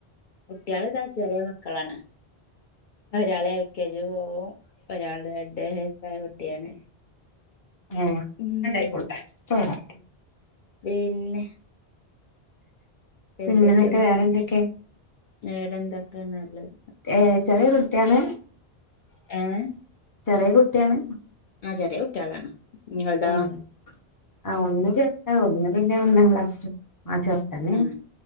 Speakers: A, on the left (about 55°); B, on the left (about 20°).
A: കുട്ടികള്താ ചെറിയ മക്കളാണ് ഒരാള് എൽ കെ ജി പോവും ഒരാള് രണ്ട്സായ കുട്ടിയാണ്
B: ഏഹ്
A: ഉം
B: ഉണ്ടായിക്കോടുക്കാൻ പ്പൊ വരാം
A: പിന്നെ
B: പിന്നെ
A: എന്തൊക്കെയ എന്നിട്ട്
B: വേറെ എന്തൊക്കെ
A: വേറെന്തൊക്കാ നല്ലത്
B: ഏഹ് ചെറിയ കുട്ടിയാണ്
A: ഏഹ്
B: ചെറിയ കുട്ടിയാണ്
A: ആ, ചെറിയ കുട്ടിയാളാണ്, നിങ്ങളുടെതൊ
B: ഉം ആ, ഒന്ന് ചെറുതാ, ഒന്നിനെ പിന്നെ, ഒന്നാക്ലാസ്സ്‌, ചേർത്തെന്നെന്നെണ്
A: ആ